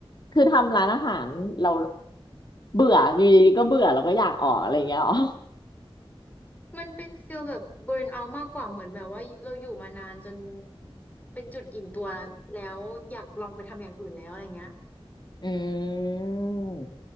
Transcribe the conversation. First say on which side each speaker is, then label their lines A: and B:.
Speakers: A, on the left; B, on the left.
A: คือทำร้านอาหารเราเบื่ออยู่ดีๆก็เบื่อแล้วก็อยากออกอะไรเงี้ยหรอ
B: มันเป็นฟิลแบบเบิร์นเอามากกว่าเหมือนแบบว่าเราอยู่มานานจนเป็นจุดอิ่มตัวแล้วอยากลองไปทำอย่างอื่นแล้วอะไรเงี้ย
A: อืม